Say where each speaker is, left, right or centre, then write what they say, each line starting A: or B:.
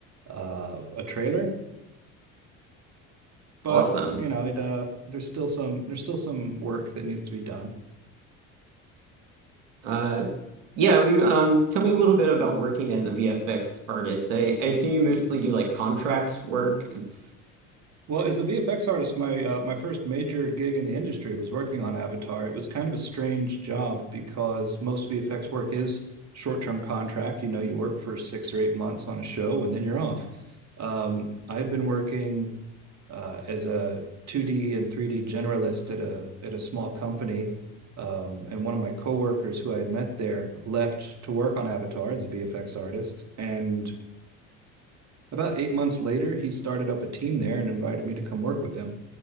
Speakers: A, on the right (about 45°); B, on the right (about 85°).
A: uh, a trailer but
B: Awesome.
A: you know it uh there's still some there's still some work that needs to be done
B: Uh, yeah, you um, tell me a little bit about working as a VFX artist. I, I assume you mostly do like contract work. It's
A: well as a vfx artist my uh, my first major gig in the industry was working on avatar it was kind of a strange job because most vfx work is short-term contract you know you work for six or eight months on a show and then you're off um, i'd been working uh, as a 2D and 3D generalist at a at a small company. Um, and one of my coworkers who I had met there left to work on Avatar as a VFX artist. And about eight months later, he started up a team there and invited me to come work with him.